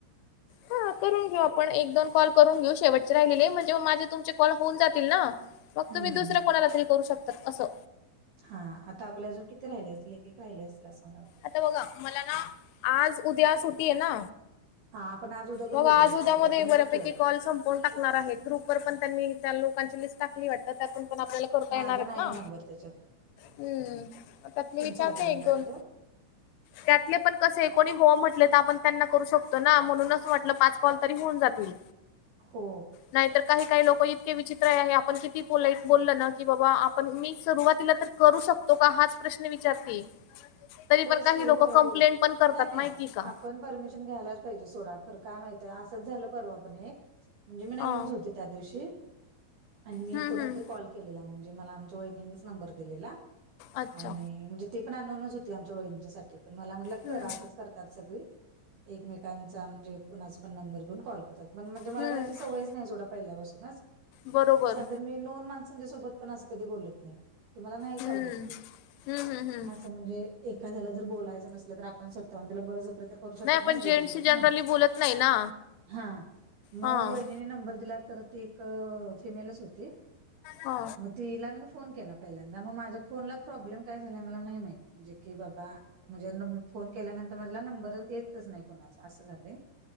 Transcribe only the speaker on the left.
हां,
करून घेऊ आपण एक दोन कॉल करून घेऊ शेवटचे राहिले म्हणजे माझे तुमचे कॉल होऊन जातील ना मग
तुम्ही दुसऱ्या कोणाला तरी करू शकतात असं
आता बघा मला ना आज उद्या सुटी आहे ना,
मग
आज
उद्यामध्ये
बऱ्यापैकी
कॉल <inaudible> सं कोण टाकणार आहे ग्रुप वर पण त्यांनी त्या लोकांची लिस्ट टाकली वाटत त्यातून पण आपल्याला करता
येणार
ना्
हम त्यात मी
विचारते
एक दोन
त्यातले पण कसे कोणी हो म्हटले तर आपण त्यांना करू शकतो ना म्हणून असं म्हटलं पाच कॉल तरी होऊन जातील.
नाहीतर काही काही लोक इतके विचित्र आहे आपण किती बोललं ना की बाबा आपण मी सुरुवातीला तर करू शकतो का हाच प्रश्न विचारते. तरी पण
काही
लोक कंप्लेंट
पण करतात
माहिती का?
हा
हम्म
हम्म
अच्छा
हम्म
हम्म
बरोबर
हम्म
हम्म हम्म हम्म
आपण
जेंट्सशी
जनरली बोलत नाही ना
हां
हा